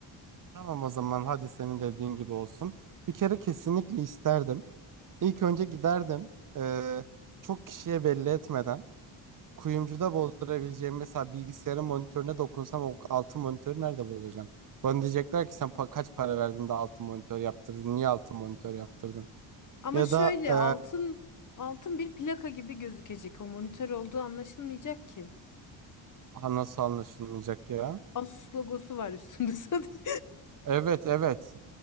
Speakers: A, on the right; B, on the left.
A: Tamam o zaman hadi senin dediğin gibi olsun. Bir kere kesinlikle isterdim. İlk önce giderdim. Ee, çok kişiye belli etmeden. Kuyumcuda bozdurabileceğim mesela bilgisayarın monitörüne dokunsam o altın monitörü nerede bozacağım? Bana diyecekler ki sen pa- kaç para verdin de altın monitör yaptırdın? Niye altın monitör yaptırdın?
B: Ama
A: Ya
B: şöyle
A: da e,
B: altın altın bir plaka gibi gözükecek. O monitör olduğu anlaşılmayacak ki.
A: ha, nasıl anlaşılmayacak ya?
B: Asus logosu var üstünde <laughs> sadece.
A: Evet evet.